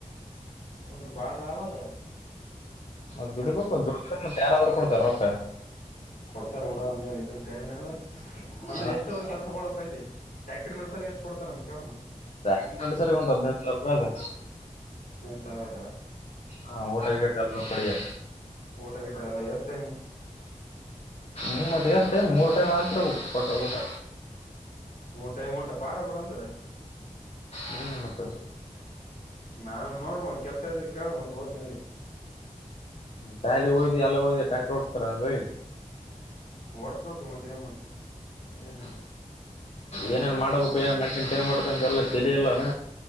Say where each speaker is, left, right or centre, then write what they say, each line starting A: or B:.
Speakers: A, on the left (about 80°); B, on the left (about 50°).
A: ದ್ರ ಬಾಳ ಲಾಭ ಅದ
B: ಮತ್ತ ದುಡಿಬೇಕು ದುಡಿದ ತ ಯಾರಾದ್ರರು ಕೊಡ್ತಾರ ರೊಕ್ಕ
A: ಕೊಡ್ತಾರ ಬಿಡ ಅಂದ ಇದನ್ ಕರೆನ ಅಂದ್ರೆ
B: ಹ
A: ಎಷ್ಟ ಅವರ್ ಕೆಲ್ಸ ಡಬೇಕಕ್ ಅಲ್ಲಿ ಟ್ಯಾಕ್ಟರಿ ನಡ್ಸರ್ ಎಷ್ಟು ಕೊಡ್ತಾರ ಅಂತ ಕೇಳ ಮತ್ತ್
B: ಬಾಕ ಸರಿ ಒಂದು ಹದಿನೈಂ ಸಾವಿರ ರೂಪಾಯಿ ಅದ
A: ಸರ
B: ಹಾ ಊಟಗ ಗಿಟ್ಟ ಎಲ್ಲ ಅವ್ ಕೊಡಗೆ
A: ಊಟ ಗಿಟ ಎಲ್ಲ ಎಷ್ಟ ಟೈಮು
B: ಮ ಮತ್ತ ಎಸ್ ಟೈಮ ಮೂರ್ ಟೈಮ್ ಆಗಿರ್ಬೇಕು ಊಟ
A: ಮೂರ್ ಟೈಮ್ ಊಟ ಪಾಡ ಬುಡ ಅಂದ್ರ.
B: ಹ್ಮ್ ಮತ್ತ.
A: ನಾನ್ ನೋಡ್ಮ ಕೆಲ್ಸ ಇದ್ರೆ ಕೇಳ ಮತ್ ಹೋತ್ನಲಿ.
B: ಶಾಲಿ ಓದಿ ಎಲ್ಲ ಹೋಗಿ ಟಾಕ್ಟರ್ ಓಡ್ಸ್ತಾರ ಹೋಗಿ.
A: ಓಡ್ಸ್ಬೇಕು ಮತ್ತೆ ಏನ್ ಮಾಡ್ತಿ.
B: ಹ್ಮ್ ಏನೇನ್ ಮಾಡಬೇಕು
A: ನೋ
B: ಏನ್ ಮಾಡಕೇಂಡ್ ಅಂತ ಇವೆಲ್ಲ ತೇಲಿ ಇಲ್ಲನ.